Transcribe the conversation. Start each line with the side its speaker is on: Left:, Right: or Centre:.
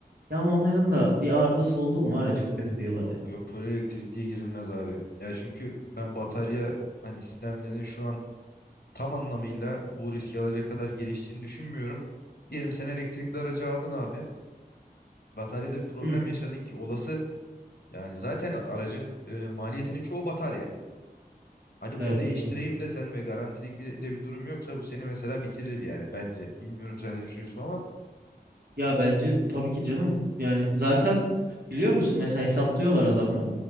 Right: Ya ama onların da bir arızası oldu mu var ya çok kötü diyorlar
Left: Yok
Right: ya.
Left: yok full elektrikliye girilmez abi. Ya çünkü ben batarya hani sistemlerini şu an tam anlamıyla bu riski alacak kadar geliştiğini düşünmüyorum. Diyelim sen elektrikli aracı aldın abi. Bataryada bir problem
Right: Hı,
Left: yaşadın ki olası. Yani zaten aracın e, maliyetinin çoğu batarya. Hadi bunu
Right: evet
Left: değiştireyim
Right: doğru.
Left: desen ve garantilik bir de bir durum yoksa bu seni mesela bitirir yani bence. Bilmiyorum sen ne düşünüyorsun ama.
Right: Ya bence tabii ki canım. Yani zaten biliyor musun mesela hesaplıyorlar adamlar.